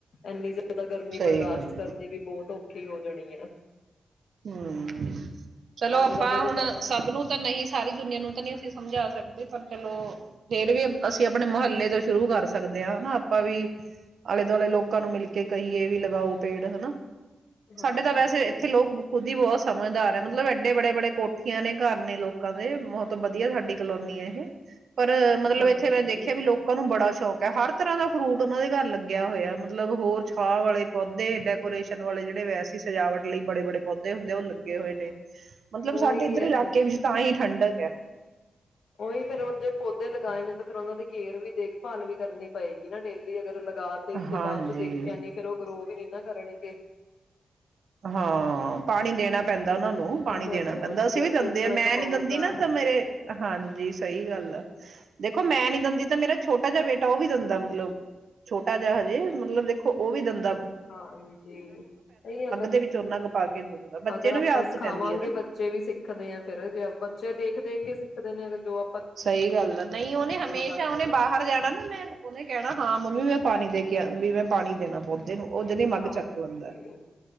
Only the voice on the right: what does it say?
ਸਹੀ
ਗੱਲ
ਹੈ
ਹੁੰ। ਚਲੋ ਆਪਾਂ
ਹੁਣ
ਸਭ ਨੂੰ ਤਾਂ ਨਹੀਂ ਸਾਰੀ ਦੁਨੀਆਂ ਨੂੰ ਤਾਂ ਨਹੀਂ ਅਸੀਂ ਸਮਝਾ ਸਕਦੇ। ਪਰ ਚਲੋ ਫੇਰ ਵੀ ਅਸੀਂ ਆਪਨੇ ਮੁਹੱਲੇ ਤੋਂ ਸ਼ੁਰੂ ਕਰ ਸਕਦੇ ਆਂ। ਹਨਾ ਆਪਾਂ ਵੀ ਆਲੇ ਦੁਆਲੇ ਲੋਕਾਂ ਨੂੰ ਮਿਲ ਕੇ ਕਹੀਏ ਵੀ ਲਗਾਓ ਪੇੜ ਹਨਾ।
ਸਾਡੇ ਤਾਂ ਵੈਸੇ ਇੱਥੇ ਲੋਕ ਬੋ ਉਹਦੀ ਬਹੁਤ ਸਮਝਦਾਰ ਏ ਮਤਲਬ ਐਡੇ ਬੜੇ, ਬੜੇ ਕੋਠੀਆਂ ਨੇ ਘਰ ਨੇ ਲੋਕਾਂ ਦੇ ਬਹੁਤ ਵਧੀਆ ਸਾਡੀ ਕਲੋਨੀ ਏ ਇਹ। ਪਰ ਮਤਲਬ
ਇੱਥੇ ਮੈਂ ਦੇਖਿਆ ਵੀ ਲੋਕਾਂ ਨੂੰ ਬੜਾ ਸ਼ੋਂ ਸ਼ੌਂਕ ਏ। ਹਰ ਤਰ੍ਹਾਂ ਦਾ ਫਰੂਟ ਉਹਨਾਂ ਦੇ ਘਰ ਲੱਗਿਆ ਹੋਇਆ ਮਤਲਬ ਹੋਰ ਛਾਹ ਵਾਲੇ ਪੌਦੇ ਡੈਕੋਰੇਸ਼ਨ ਵਾਲੇ ਜਿਹੜੇ ਵੈਸੀੇ ਸਜਾਵਟ ਲਈ ਬੜੇ, ਬੜੇ। ਪੌਦੇ ਹੁੰਦੇ ਆ ਉਹ ਲੱਗੇ ਹੋਏ ਨੇ। ਮਤਲਬ
ਸਾਡੇ ਇੱਧਰ
ਇਲਾਕੇ ਵਿੱਚ ਤਾਂ ਹੀ ਠੰਡਕ <inaudible>
ਹਾਂਜੀ
ਹਾਂ ਪਾਣੀ ਦੇਣਾ ਪੈਂਦਾ। <unintelligible>
ਦੇਖੋ ਮੈਂ ਨੀ ਦਿੰਦੀ ਤਾਂ ਮੇਰਾ ਛੋਟਾ ਜਿਹਾ ਬੇਟਾ ਉਹ ਵੀ ਦਿੰਦਾ ਮਤਲਬ ਛੋਟਾ ਜਿਹਾ ਹਜੇ ਮਤਲਬ ਦੇਖੋ ਉਹ ਵੀ ਦੰਦਾ
ਦੇ ਵਿੱਚ ਓਨਾ ਕੁ ਪਾ ਕੇ ਦਿੰਦਾ ਬੱਚੇ
ਨੂੰ
ਵੀ ਆਦਤ
ਪੈਂਦੀ ਹੈ ਨਾ
ਸਹੀ ਗੱਲ ਆ ਨਹੀਂ ਉਹਨੇ ਹਮੇਸ਼ਾ
ਉਹਹਨੇ ਬਾਹਰ
ਜਾਣਾ ਨਾ ਮੈਂ ਉਹਹਨੇ ਕਹਿਣਾ ਹਾਂ ਮੰਮੀ ਮੈਂ ਪਾਣੀ ਦੇ ਕੇ ਵੀ ਮੈਂ ਪਾਣੀ ਦੇਣਾ ਪੌਦੇ ਨੂੰ ਉਹ ਜਹਦੀ ਮੱਗ
ਚੱਕ ਦੈਂਦਾ